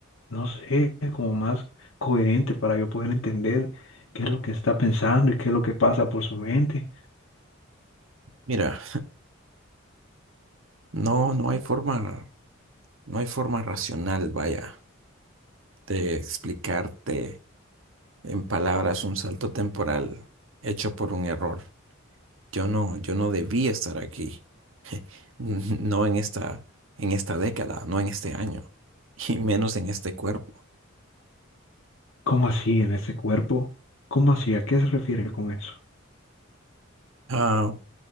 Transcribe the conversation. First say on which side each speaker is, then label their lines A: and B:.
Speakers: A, on the left (about 65°); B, on the right (about 70°).
A: no sé, como más coherente para yo poder entender qué es lo que está pensando y qué es lo que pasa por su mente?
B: Mira, no, no hay forma, no hay forma racional, vaya, de explicarte en palabras un salto temporal hecho por un error. Yo no, yo no debía estar aquí, <laughs> no en esta, en esta década, no en este año, y menos en este cuerpo.
A: ¿Cómo así en ese cuerpo? ¿Cómo así? ¿A qué se refiere con eso?
B: Ah,